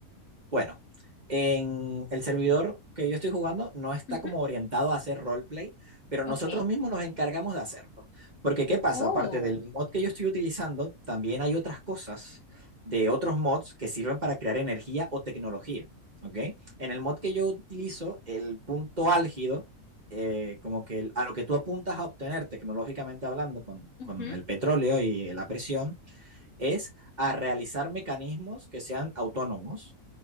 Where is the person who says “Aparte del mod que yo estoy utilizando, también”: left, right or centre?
Right